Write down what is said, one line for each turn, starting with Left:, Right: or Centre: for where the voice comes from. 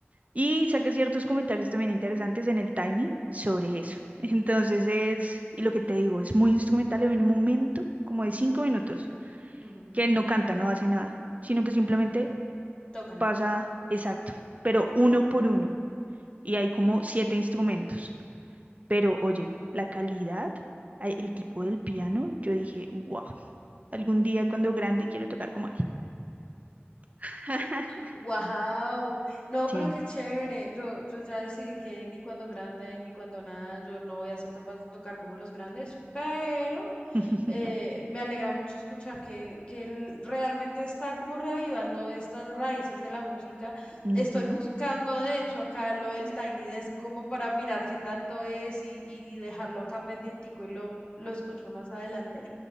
Right: y saqué ciertos comentarios también interesantes en el Tiny sobre eso. <laughs> Entonces es, y lo que te digo, es muy instrumental en un momento como de cinco minutos,
Left: ujú,
Right: que él no canta, no hace nada, sino que simplemente
Left: Tocan.
Right: pasa exacto, pero uno por uno. Y hay como siete instrumentos. Pero oye, la calidad, a- el tipo del piano, yo dije, wow, algún día cuando grande quiero tocar como él. <laughs>
Left: Wow, no,
Right: Sí.
Left: pero qué chévere. Yo, yo ya decidí que ni cuando grande ni cuando nada, yo no voy a ser capaz de tocar como los grandes, pero
Right: <laughs>
Left: eh, me alegra mucho escuchar que, que él realmente está como reavivando estas raíces de la música.
Right: Ujú,
Left: Estoy buscando, de hecho, acá lo del Tiny Desk como para mirar qué tanto es y, y, y dejarlo acá pendientico y lo, lo escucho más adelante.